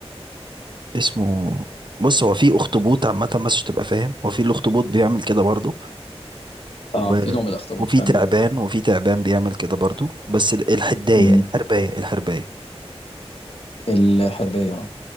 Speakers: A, on the right; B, on the left.
A: اسمه بص هو في اخطبوط عامة بس عشان تبقى فاهم هو في الاخطبوط بيعمل كده برضه و...
B: اه في نوع من الاخطبوط
A: وفي
B: فعلا
A: تعبان
B: بيعمل كده
A: وفي تعبان بيعمل كده برضو بس ال- الحداية
B: مم.
A: الحرباية الحرباية
B: الحربية اه